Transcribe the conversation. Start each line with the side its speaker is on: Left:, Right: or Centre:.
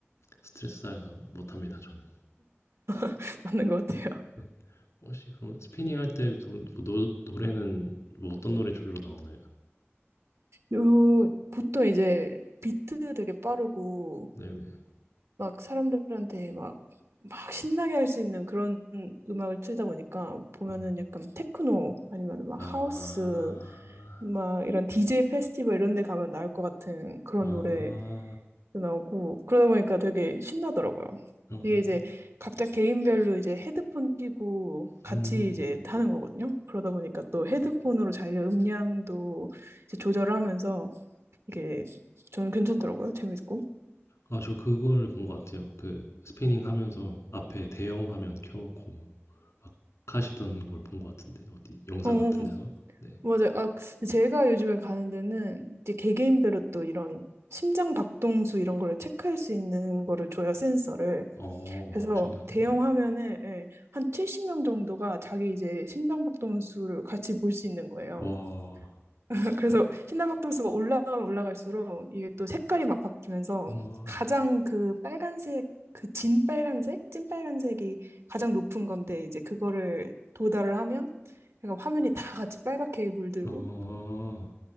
Left: 스트레스 쌓여서 못합니다 저는.
Right: <laughs> 맞는 것 같아요.
Left: 네, 혹시 그럼 스피닝 할 때도 뭐 노, 노래는 뭐 어떤 노래 주로 나오나요?
Right: 요, 보통 이제 비트 되게 빠르고,
Left: 네네.
Right: 막 사람들한테 막, 막 신나게 할 수 있는 그런 음악을 틀다 보니까 보면은
Left: 음.
Right: 약간 테크노 아니면 막
Left: 아.
Right: 하우스, 막 이런 DJ 페스티벌 이런 데 가면 나올 것 같은 그런
Left: 아.
Right: 노래 나오고 그러다 보니까 되게 신나더라고요.
Left: 어.
Right: 이게 이제 각자 개인별로 이제 헤드폰 끼고 같이
Left: 음.
Right: 이제 하는 거거든요. 그러다 보니까 또 헤드폰으로 자기 음량도 이제 조절을 하면서 이게 저는 괜찮더라고요. 재밌고.
Left: 아 저 그걸 본 것 같아요. 그 스피닝 하면서 앞에 대형 화면 켜 놓고 막 하시던 걸 본 것 같은데 어디 영상
Right: 어,
Left: 같은 데서. 네.
Right: 맞아요. 아, 제가 요즘에 가는 데는 이제 개개인별로 또 이런 심장 박동수 이런 거를 체크할 수 있는 거를 줘요, 센서를.
Left: 어.
Right: 그래서
Left: 어 신기하다.
Right: 대형
Left: 네.
Right: 화면에 예, 한 70명 정도가 자기 이제 심장박동수를 같이 볼 수 있는 거예요.
Left: 와.
Right: <laughs> 그래서 심장박동수가 올라가면 올라갈수록 이게 또 색깔이 막 바뀌면서
Left: 어.
Right: 가장 그 빨간색, 그 진빨간색, 찐빨간색이 가장 높은 건데 이제 그거를 도달을 하면 그러니까 화면이 다 같이 빨갛게 물들고
Left: 어.